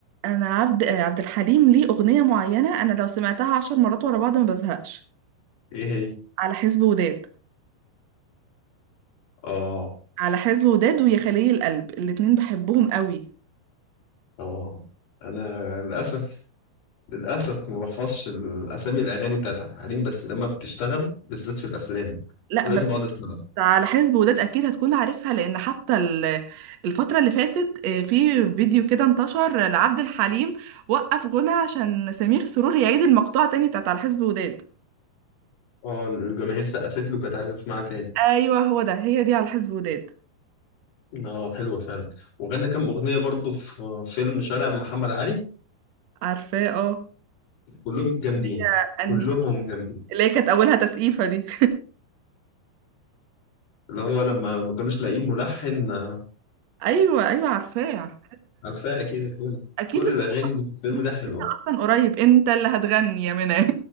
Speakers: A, on the right (about 60°); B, on the left (about 65°).
A: انا عبد آه، عبد الحليم ليه اغنيه معينه انا لو سمعتها عشر مرات ورا بعض ما بزهقش
B: ايه هي
A: على حزب وداد
B: اه
A: على حزب وداد ويا خليل القلب الاتنين بحبهم قوي
B: اه انا للاسف للاسف ما بحفظش الاسامي الاغاني بتاعت عبد الحليم بس لما بتشتغل بالذات في الافلام
A: لا
B: لازم
A: بس
B: اقعد اسمعها
A: على حزب وداد اكيد هتكون عارفها لان حتى ال- الفتره اللي فاتت آه، في فيديو كده انتشر لعبد الحليم وقف غنى عشان سمير سرور يعيد المقطوعه تاني بتاعت على حزب وداد
B: اه الجماهير سقفت له كانت عايزه تسمعها تاني
A: ايوه هو ده هي دي على حزب وداد
B: اه حلوه فعلا وغنى كام اغنيه برضو في فيلم شارع محمد علي
A: عارفاه اه
B: كلهم جامدين
A: هي
B: كلهم
A: انهي
B: جامدين
A: اللي هي كانت اولها تسقيفه دي
B: اللي هو لما ما كانوش لاقيين ملحن آه،
A: <laughs> ايوه ايوه عارفاه عارفاه
B: عارفاه اكيد الفيلم
A: اكيد
B: كل
A: لسه
B: الاغاني
A: شايفاها
B: اللي في الفيلم
A: لسه
B: ده حلوه
A: شايفاها اصلا قريب انت اللي هتغني يا منى